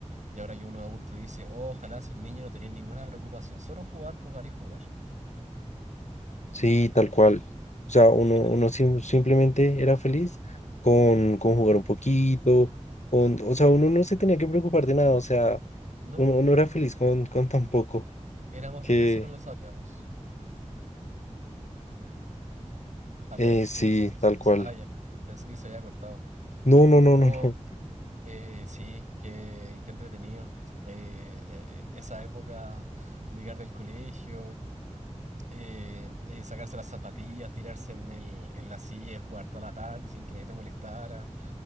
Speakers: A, on the right; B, on the left.
A: Y ahora que uno es adulto dice, "Oh, ojalá ser niño no tener ninguna preocupación, solo jugar, jugar y jugar.
B: sí, tal cual. O sea, uno,
A: Qué
B: uno
A: tri-
B: sim- simplemente era feliz con, con jugar un poquito, con, o sea, uno no se tenía que preocupar de nada, o sea,
A: No,
B: uno, uno era feliz con, con tan poco
A: éramos
B: que,
A: felices y no lo sabíamos. ¿Aló?
B: Eh, sí,
A: Oh, es- se-
B: tal cual.
A: se- ah, ya. Pensé que se había cortado.
B: No, no, no,
A: Oh,
B: no, no.
A: eh, sí, qué, qué entretenido. Eh, eh, eh, esa época de llegar del colegio, eh, eh, sacarse las zapatillas, tirarse en el, en la silla, y jugar toda la tarde sin que nadie te molestara,